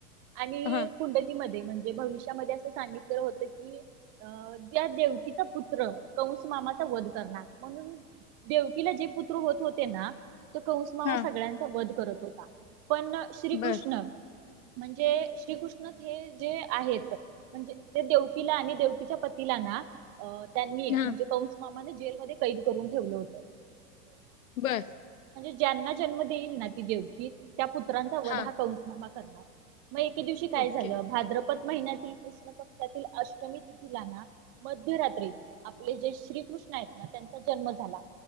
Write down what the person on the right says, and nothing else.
आणि
कुंडलीमध ध्ये म्हणजे भविष्यामध्ये असं सांगितलेलं होत की त्या देवकीचा पुत्र कंस मामाचा वध करणार म्ह णून देवकीला जे पुत्र होत होते ना तो कंस मामा
सगळ्यांचा वध करत होता, पण श्रीकृष्ण
म्हणजे श्रीकृष्णच हे जे आहेत. म्हणजे ते देवकीला आणि देवकीच्या पतीला ना त्यांनी
म्हणजे कौ म्हणजे जेलमध्ये कैद करून ठेवले होते
ज्यांना जन्म देईल ना ती देवक त्या पुत्रांचा वधा
कंसनामा करणार मग एके दिवशी काय
झालं भाद्रपत महिन्यातील पक्षातील अष्टमी तिथिलाना मध्यरात्री आपले जे श्रीकृष्ण आहेत ना त्यांचा जन्म झाला